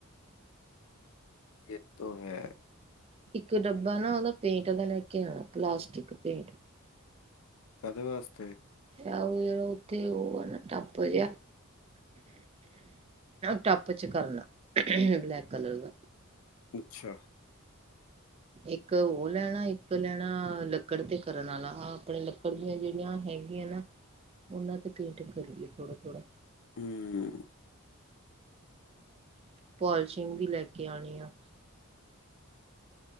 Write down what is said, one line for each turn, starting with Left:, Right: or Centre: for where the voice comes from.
Left: ਯਹ ਤੋ ਹੈ।
Right: ਇੱਕ ਡੱਬਾ ਨਾ ਉਹਦਾ ਪੇਂਟ ਦਾ ਲੈ ਕੇ ਆਉਣਾ ਪਲਾਸਟਿਕ ਪੇਂਟ।
Left: ਕਦੇ ਵਾਸਤੇ।
Right: ਆ ਉਹ ਜਿਹੜਾ ਉਥੇ ਉਹ ਟੱਪ ਜਿਹਾ- ਟੱਪ ਚ ਕਰਨਾ। ਬਲੈਕ ਕਲਰ ਦਾ
Left: ਅੱਛਾ
Right: ਇੱਕ ਉਹ ਲੈਣਾ ਇੱਕ ਲੈਣਾ ਲੱਕੜ ਤੇ ਕਰਨ ਵਾਲਾ ਆ ਆਪਣੇ ਲੱਕੜ ਦੀਆਂ ਜਿਹੜੀਆਂ ਹੈਗੀਆਂ ਨਾ ਉਹਨਾਂ ਤੇ ਪੇਂਟਿੰਗ ਕਰੀਏ ਥੋੜਾ ਥੋੜਾ
Left: ਹਮ
Right: ਪਲਸ਼ਮ ਵੀ ਲੈ ਕੇ ਆਉਣੀ ਆ